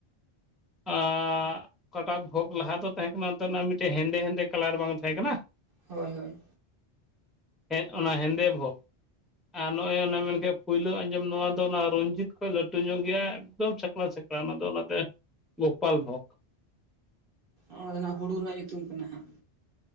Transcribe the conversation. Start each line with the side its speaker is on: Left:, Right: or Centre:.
Centre: ᱟ ᱚᱠᱟᱴᱟ ᱵᱷᱳᱜ ᱞᱟᱦᱟ ᱫᱚ ᱛᱟᱦᱮᱸ ᱠᱟᱱᱟ ᱚᱱᱛᱮ ᱨᱮᱱᱟᱜ ᱢᱤᱫ ᱴᱮᱱ ᱦᱮᱸᱫᱮ ᱦᱮᱸᱫᱮ ᱠᱟᱞᱟᱨ ᱵᱟᱝ ᱛᱟᱦᱮᱸ ᱠᱟᱱᱟ
Right: ᱦᱳᱭ ᱦᱳᱭ
Centre: ᱦᱮᱸ ᱚᱱᱟ ᱦᱮᱸᱫᱮ ᱵᱷᱳᱜᱽ ᱟᱨ ᱱᱚᱜᱼᱚᱭ ᱚᱱᱮ ᱢᱮᱱᱠᱮ ᱯᱳᱭᱞᱳ ᱟᱸᱡᱚᱢ ᱱᱚᱣᱟ ᱫᱚ ᱚᱱᱟ ᱨᱚᱧᱡᱤᱛ ᱠᱷᱚᱱ ᱞᱟᱹᱴᱩ ᱧᱚᱜ ᱜᱮᱭᱟ ᱮᱠᱫᱚᱢ ᱪᱷᱠᱞᱟᱶ ᱪᱷᱠᱞᱟᱶ ᱚᱱᱟ ᱫᱚ ᱚᱱᱟᱛᱮ ᱜᱳᱯᱟᱞ ᱵᱷᱚᱜᱽ
Right: ᱚᱱᱟ ᱫᱚ ᱱᱟᱜ ᱦᱩᱲᱩ ᱨᱮᱱᱟᱜ ᱧᱩᱛᱩᱢ ᱠᱟᱱᱟ ᱦᱟᱸᱜ